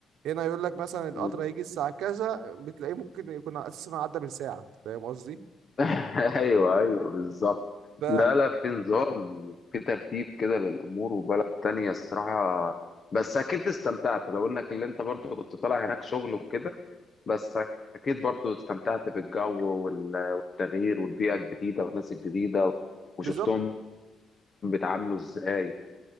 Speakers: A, on the right; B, on the left.
A: هنا يقول لك مثلا القطر
B: مم.
A: هيجي الساعه كذا بتلاقيه ممكن يكون اساسا عدى من ساعه أنت فاهم قصدي
B: <laughs> ايوه ايوه بالظبط
A: ف
B: لا لا في نظام وفي ترتيب كده للامور وبلد تانية الصراحه بس اكيد استمتعت لو انك اللي انت برضو كنت طالع هناك شغل وكده بس أكيد برضو استمتعت بالجو وال- والتغيير والبيئة الجديدة والناس الجديدة وشفتهم
A: بالظبط
B: بيتعاملوا إزاي